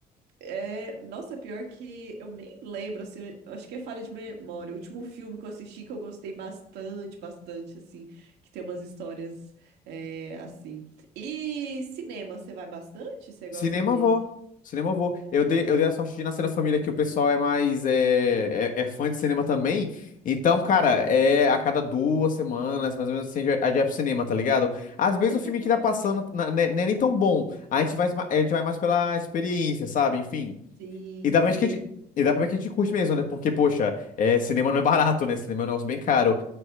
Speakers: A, on the right; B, on the left.
A: É, nossa, pior que eu nem lembro, assim, eu acho que é falha de memória. O último filme que eu assisti que eu gostei bastante, bastante, assim, que tem umas histórias, é, assim. E cinema, você vai bastante? Você
B: Cinema
A: gosta de...
B: eu vou. Cinema eu vou. Eu dei, eu dei a sorte de nascer na família que o pessoal é mais é, é, é fã de cinema também. Então, cara, é a cada duas semanas, mais ou menos assim, a gente vai a gente vai pro cinema, tá ligado? Às vezes
A: Legal.
B: o filme que tá passando na- né, não é nem tão bom. A gente vai, a gente vai mais pela experiência, sabe? Enfim.
A: Sim,
B: E dá
A: sim.
B: pra ver que a gente, e dá pra ver que a gente curte mesmo, né? Porque, poxa, é, cinema não é barato, né? Cinema é um negócio bem caro.